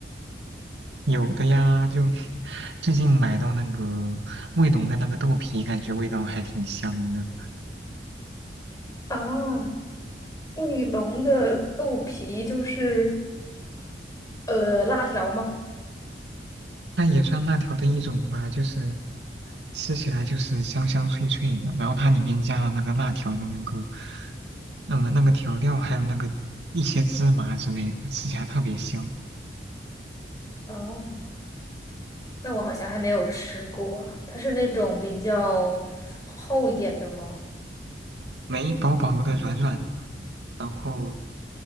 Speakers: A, on the right; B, on the left.
A: 有的呀，就最近买到那个卫龙的那个豆皮，感觉味道还挺香的，
B: 啊，卫龙的豆皮就是呃辣条吗？
A: 那也算辣条的一种吧，就是吃起来就是香香脆脆的，然后它里面加了那个辣条的那个，嗯，那个调料，还有那个一些芝麻之类的，吃起来特别香，
B: 啊。但我好像还没有吃过，它是那种比较厚一点的吗？
A: 梅薄薄的、软软的，然后